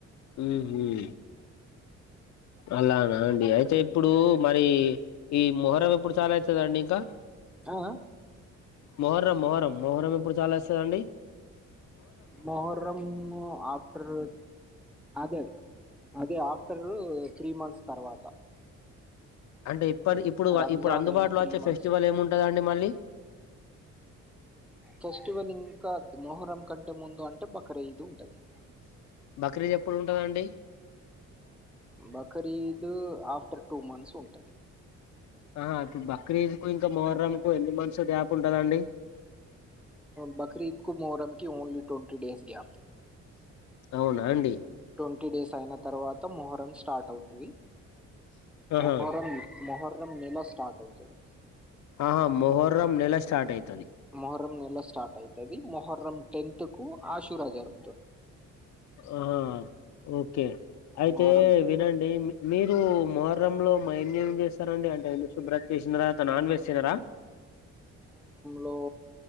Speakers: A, on the left; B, in the centre.
A: మ్మ్ హ్మ్మ్ అలానా అండి అయితే ఇప్పుడు మరి ఈ మొహరం ఎప్పుడు స్టార్ట్ అయితాదండీ ఇంకా
B: ఆ
A: మోహరం మొహరం మోహరం ఎప్పుడు చాలస్తాదండి
B: మొహరం మ్మ్ ఆఫ్టర్ అదే అదే అది ఆఫ్ టరూ త్రీ మంత్స్ తర్వాత
A: అంటే ఇప్ప ఇప్పుడు
B: రంజాన్
A: ఇప్పుడు అందుబాటులో
B: అయిన
A: వచ్చే
B: మంత్స్
A: ఫెస్టివల్ ఏముంటదండి మ మళ్లీ
B: ఫెస్టివల్ ఇంకా మొహరం కంటే ముందు అంటే బాకరీదు ఉంటది
A: బక్రీద్ ఎప్పుడు ఉంటందండి
B: బకారీద్ ద్ ఆఫ్టర్ టూ మంత్స్ ఉంటది
A: ఆహా ఇప్పుడు బక్రీద్ కు, ఇంకా మొహర్రమ్ కు ఎన్ని మంత్స్ గ్యాప్ ఉంటదండి
B: బక్రీద్ కు మొహరంకి ఓన్లీ ట్వంటీ డేస్ గ్యాప్
A: అవునా అండి
B: ట్వంటీ డేస్ అయిన తర్వాత మొహరం స్ స్టార్ట్ అవుతది
A: ఆహా
B: మొహరం మోహ స్టార్ట్ అవుతది
A: ఆహా మొహర్రం నెల స్టార్ట్ అయి
B: మొహర్రం నేలా స్టార్ట్ అయితది మొహర్రం టెన్త్ కు ఆశూ రాజారు
A: ఆ ఓకే అయితే
B: మొహర్రం
A: వినండి మీ మీరు మ రంలో మా ఏం ఏం చేస్తారాండి అంటే ఇల్లు శుభ్రం చేసిన తర్వాత నాన్ వెజ్ చేయరా
B: లో